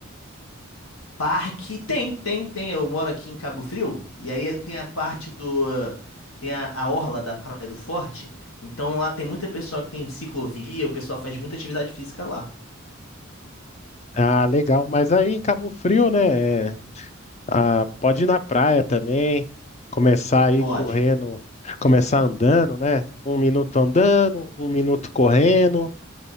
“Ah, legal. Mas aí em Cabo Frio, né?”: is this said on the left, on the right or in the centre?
Left